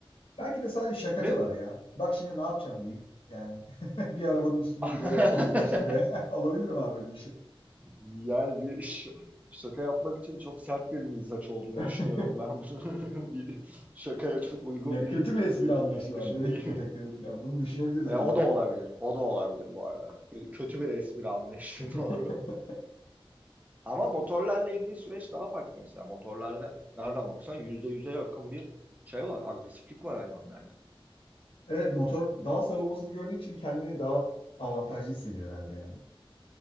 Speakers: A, on the left; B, on the right.
A: Belki de sadece şakacılar
B: ve
A: ya. Bak şimdi ne yapacağım deyip yani <laughs> bir arabanın üstüne
B: <laughs>
A: gidiyor ve ortalık karıştırıyor. <laughs> Olabilir mi abi böyle bir şey?
B: yani bir ş- şaka yapmak için çok sert bir mizaç olduğunu
A: <laughs>
B: düşünüyorum ben bunun <laughs> bir şakaya çok uygun
A: Ya
B: bir
A: kötü bir espri
B: e,
A: anlayışı
B: yaklaşım
A: var demek
B: değil.
A: ki köpeklerin. Ya bunu düşünebiliriz
B: E,
A: buradan.
B: o da olabilir. O da olabilir bu arada. Kötü bir espri anlayışı
A: <clears throat>
B: <laughs> doğru. Ama motorlarla ilgili süreç daha farklı mesela. Motorlarda nereden baksan %100'e yakın bir şey var. Agresiflik var hayvanlarda.
A: Evet motor daha savunmasız gördüğü için kendini daha avantajlı hissediyor herhalde yani.